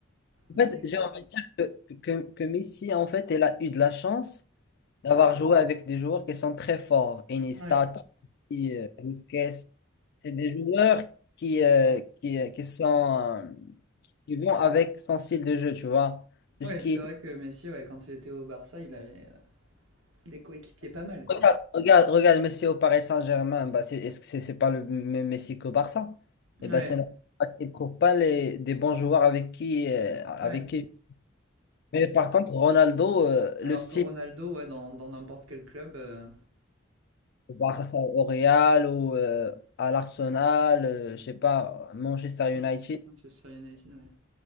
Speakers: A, on the left; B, on the right.
A: En
B: inné,
A: fait,
B: quoi.
A: j'ai envie de dire que, que, que Messi, en fait, elle a eu de la chance d'avoir joué avec des joueurs qui sont très forts. Iniesta,
B: Ouais.
A: qui, euh, Busquets, c'est des joueurs qui, euh, qui, euh, qui sont, euh, qui vont avec son style de jeu, tu vois. Tout
B: Ouais,
A: ce qui
B: c'est
A: est-
B: vrai que Messi, ouais, quand il était au Barça, il avait euh, des coéquipiers pas mal,
A: Regarde,
B: quoi.
A: regarde, regarde Messi au Paris Saint-Germain, bah c'est, est-ce que c'est c'est pas le même Messi qu'au Barça?
B: Ouais.
A: Et ben c'est normal, parce qu'il ne trouve pas les, des bons joueurs avec qui, euh, avec
B: Ouais.
A: qui. Mais par contre, Ronaldo, euh,
B: Alors
A: le style
B: que Ronaldo, ouais, dans dans n'importe quel club, euh,
A: Bah, face au Real ou euh, à l'Arsenal, euh, je sais pas, Manchester
B: ouais.
A: United.
B: Manchester United, ouais.